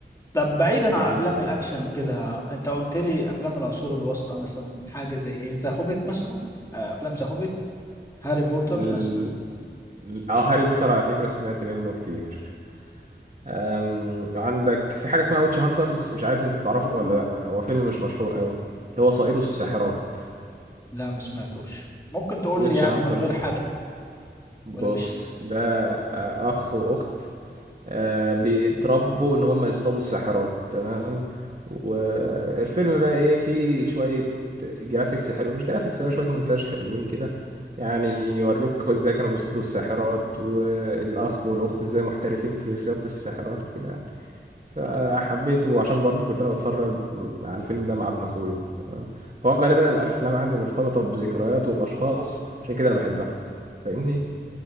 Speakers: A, on the left; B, on the right.
A: طب بعيدا
B: جميل
A: عن أفلام
B: جدا
A: الأكشن كده أنت قلت لي أفلام العصور الوسطى مثلا حاجة زي إيه ذا هوبيت مثلا آه، أفلام ذا هوبيت هاري بوتر
B: ال...
A: مثلا
B: ال- اه هاري بوتر على فكره سمعت منه كتير أم، وعندك في حاجة اسمها ويتش هانترز مش عارف انت تعرفه ولا لأ هو فيلم مش مشهور قوي اللي هو صائده الساحرات
A: لا ما سمعتوش ممكن تقول
B: ويتش
A: لي يعني
B: هانترز
A: من غير حرق
B: بص
A: ولا مش
B: ده آه، أخ وأخت آه، بيتربوا إن هم يصطادوا الساحرات تمام والفيلم بقى إيه فيه شوية جرافيكس حلو مش جرافيكس بقى شوية مونتاج حلوين كده يعني يوروك ازاي كانوا بيصطادوا الساحرات والأخ والأخت ازاي محترفين في صيادة الساحرات وكده فحبيته عشان برضو كنت انا بتفرج على الفيلم ده مع ابن اخويا تمام فهو غالبا الافلام عندي مرتبطه بذكريات وباشخاص عشان كده انا بحبها فاهمني